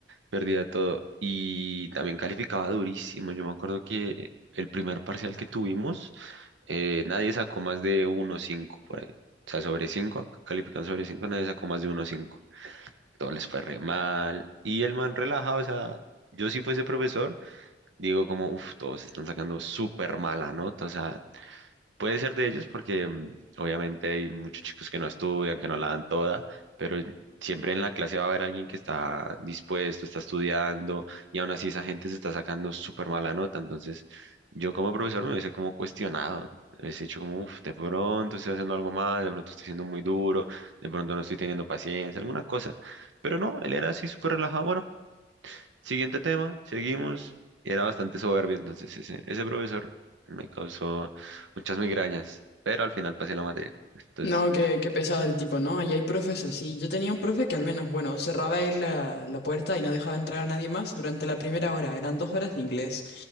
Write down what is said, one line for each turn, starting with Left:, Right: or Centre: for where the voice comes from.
Right: perdía todo. Y también calificaba durísimo. Yo me acuerdo que el primer parcial que tuvimos, eh, nadie sacó más de uno punto 5 por ahí. O sea, sobre 5 califican sobre cinco nadie sacó más de uno punto cinco Todo les fue re mal. Y el man relajado, o sea, yo si fuese profesor, digo como, uff, todos están sacando súper mala nota, o sea, Puede ser de ellos porque mm, obviamente hay muchos chicos que no estudian, que no la dan toda, pero siempre en la clase va a haber alguien que está dispuesto, está estudiando y aún así esa gente se está sacando súper mala nota. Entonces yo como profesor me hubiese como cuestionado, me hubiese dicho como, "Uf, de pronto estoy haciendo algo mal, de pronto estoy siendo muy duro, de pronto no estoy teniendo paciencia, alguna cosa. Pero no, él era así súper relajado, bueno, Siguiente tema, seguimos. y Era bastante soberbio, entonces ese, ese profesor me causó muchas migrañas, pero al final pasé la materia. Entonces,
Left: No, qué, qué pesado el tipo, ¿no? Ahí hay profes así. Yo tenía un profe que al menos, bueno, cerraba ahí la, la puerta y no dejaba entrar a nadie más durante la primera hora. Eran dos horas de inglés.